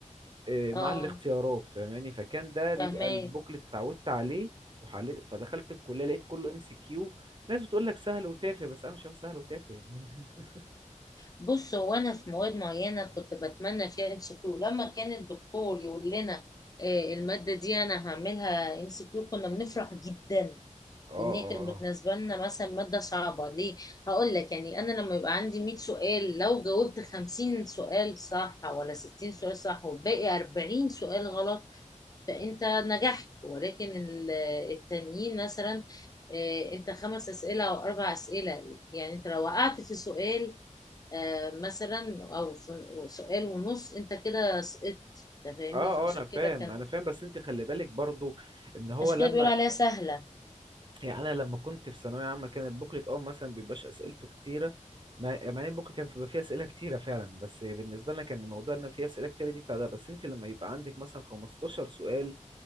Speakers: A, on the right (about 35°); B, on the left (about 30°).
A: آه،
B: اه
A: مع الاختيارات فاهماني فكان ده بيبقى
B: فاهمين
A: البوكلت اتعودت عليه وحليت فدخلت الكليه لقيت كله ام سي كيو ناس بتقول لك سهل وتافه بس انا شايف سهل وتافه يعني <laughs>
B: بص هو انا في مواد معينه كنت بتمنى فيها ام سي كيو لما كان الدكتور يقول لنا آه، الماده دي انا هعملها ام سي كيو كنا بنفرح جدا
A: اه اه
B: لان هي كانت بالنسبه
A: اه
B: لنا مثلا ماده صعبه ليه هقول لك يعني انا لما يبقى عندي 100 سؤال لو جاوبت 50 سؤال صح ولا 60 سؤال صح والباقي 40 سؤال غلط فانت نجحت ولكن ال- التانيين مثلا آه، انت خمس اسئله او اربع اسئله يعني انت لو وقعت في سؤال آه، مثلا او فن- سؤال ونص انت كده سقطت أنت فاهمني
A: اه
B: فعشان
A: اه انا
B: كده
A: فاهم
B: كان
A: انا فاهم بس انت خلي بالك برضو ان هو
B: عشان
A: لما
B: كده بيقولوا عليها سهله
A: يعني انا لما كنت في ثانويه عامه كان البوكلت اه مثلا بيبقاش اسئلته كتيره مع مع ان البوكلت كان بيبقى فيه اسئله كتيره فعلا بس بالنسبه لنا كان الموضوع ان فيه اسئله كتيره دي بتاع ده بس انت لما يبقى عندك مثلا 15 سؤال